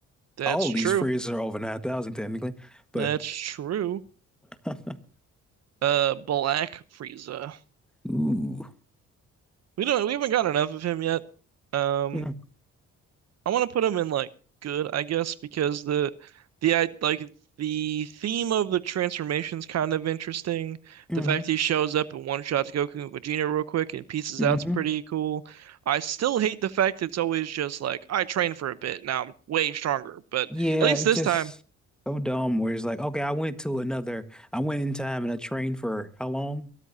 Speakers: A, on the right; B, in the centre.
A: That's
B: All
A: true.
B: of these phrases are over 9,000 technically,
A: That's
B: but
A: true.
B: <laughs>
A: Uh, Black Frieza.
B: ooh.
A: We don't. We haven't got enough of him yet. Um,
B: Yeah.
A: I want to put him in like good, I guess, because the the I like the theme of the transformation's kind of interesting.
B: hmm
A: The fact that he shows up and one shots Goku and Vegeta real quick and pieces
B: hmm
A: out's pretty cool. I still hate the fact it's always just like I trained for a bit, now I'm way stronger. But
B: Yeah,
A: at least
B: it's
A: this
B: just
A: time,
B: so dumb where it's like, okay, I went to another, I went in time and I trained for how long?